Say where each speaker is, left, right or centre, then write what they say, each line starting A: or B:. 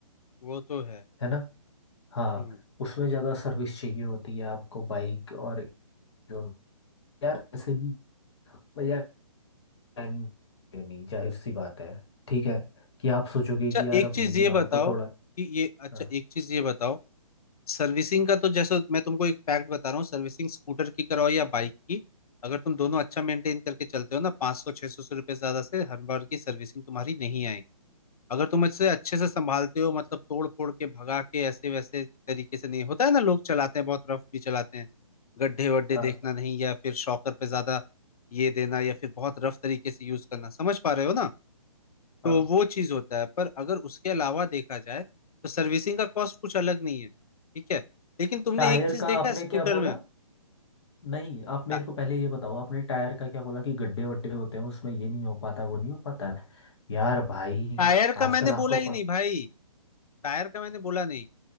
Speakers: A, on the left; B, on the left.
A: वो तो है
B: है ना हाँ
A: हम्म
B: उसमें ज़्यादा सर्विस चाहिए होती है आपको बाइक और जो- यार ऐसे भी प्लान नहीं जाहिर सी बात है ठीक है कि आप सोचोगे
A: अच्छा
B: कि यार
A: एक
B: अब
A: चीज
B: ले ही
A: ये
B: रहा
A: बताओ
B: हूँ तो थोड़ा
A: कि ये अच्छा
B: हाँ
A: एक चीज ये बताओ सर्विसिंग का तो जैसे मैं तुमको एक फैक्ट बता रहा हूँ सर्विसिंग स्कूटर की कराओ या बाइक की अगर तुम दोनों अच्छा मेंटेन करके चलते हो ना पाँच सौ छह सौ रुपये ज्यादा से हर बार की सर्विसिंग तुम्हारी नहीं आएगी अगर तुम इससे अच्छे से संभालते हो मतलब तोड़ फोड़ के भगा के ऐसे वैसे तरीके से नहीं होता है ना लोग चलाते हैं बहुत रफ भी चलाते हैं गड्ढे वड्ढे
B: हाँ
A: देखना नहीं या फिर शॉकर पे ज्यादा ये देना या फिर बहुत रफ तरीके से यूज करना समझ पा रहे हो ना तो
B: हाँ
A: वो चीज होता है पर अगर उसके अलावा देखा जाए तो सर्विसिंग का कॉस्ट कुछ अलग नहीं है ठीक है लेकिन तुमने
B: टायर
A: एक चीज
B: का
A: देखा
B: आपने
A: है स्कूटर
B: क्या बोला
A: में
B: नहीं आप मेरे
A: टा-
B: को पहले ये बताओ आपने टायर का क्या बोला कि गड्ढे वड्ढे होते हैं उसमें ये नहीं हो पाता वो नहीं हो पाता है। यार भाई
A: टायर का
B: आजकल
A: मैंने
B: आपको
A: बोला ही
B: प...
A: नहीं भाई टायर का मैंने बोला नहीं